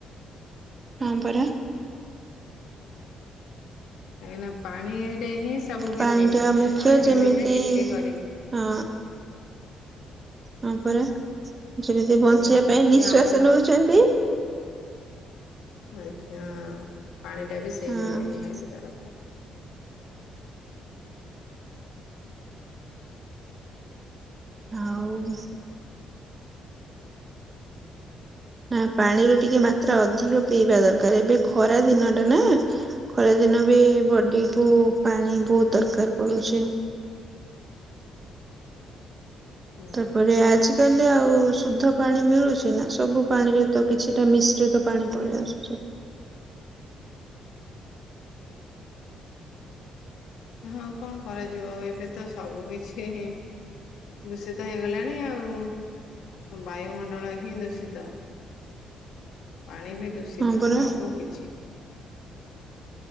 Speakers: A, on the right; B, on the left.
A: ହଁ ପରା
B: କାହିଁକି ନା ପାଣି ସେ ହିଁ ସବୁ କିଛି
A: ପାଣି ଟା ମୁଖ୍ୟ
B: ପାଣି
A: ଯେମିତି
B: ବିନା କିଛି କରି
A: ହଁ ହଁ ପରା ଯେମିତି ବଞ୍ଚିବା
B: ଯେମିତି
A: ପାଇଁ ନିଃଶ୍ଵାସ
B: ଆମ ଶରୀର
A: ନଉଛନ୍ତି।
B: ପାଇଁ ଆଚ୍ଛା। ପାଣି ଟା ବି ସେଇଭଳିଆ
A: ହଁ
B: ନିହାତି ଦରକାର।
A: ହଉ ନା ପାଣିର ଟିକେ ମାତ୍ରା ଅଧିକ ପିଇବା ଦରକାର ଏବେ ଖରା ଦିନ ଟା ନା ଖରା ଦିନ ବି ବଡି କୁ ପାଣି ବହୁତ ଦରକାର କରୁଛି।
B: ହୁଁ
A: ତାପରେ ଆଜିକାଲି ଆଉ। ଆ ଶୁଦ୍ଧ ପାଣି ମିଳୁଛି ନା ସବୁ ପାଣିରେ ତ କିଛିଟା ମିଶ୍ରିତ ପାଣି ପଳେଇ ଆସୁଛି।
B: ହଁ କଣ କରାଯ ଯିବ ଏବେ ତ ସବୁ କିଛି ହଁ ଦୂଷିତ ହେଇଗଲାଣି ଆଉ ବାୟୁମଣ୍ଡଳ ହିଁ ଦୂଷିତ। ପାଣି ବି ଦୂଷିତ
A: ହଁ ପରା
B: ସବୁ କିଛି।